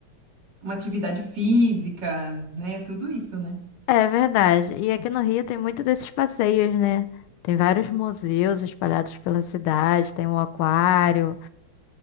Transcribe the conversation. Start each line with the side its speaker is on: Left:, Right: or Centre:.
Right: uma atividade física, né? Tudo isso, né?
Left: É verdade. E aqui no Rio tem muito desses passeios, né? Tem vários museus espalhados pela cidade, tem o aquário,